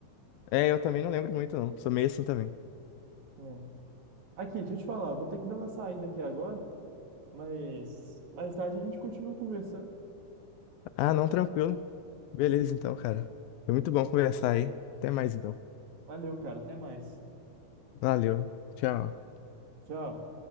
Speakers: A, on the left; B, on the right.
A: É, eu também não lembro muito, não. Sou meio assim também.
B: né. Aqui, deixa eu te falar, vou ter que dar uma saída aqui agora, mas mais tarde a gente continua conversando.
A: Ah, não, tranquilo. Beleza, então, cara. Foi muito bom conversar aí. Até mais, então.
B: Valeu, cara, até mais.
A: Valeu. Tchau.
B: Tchau.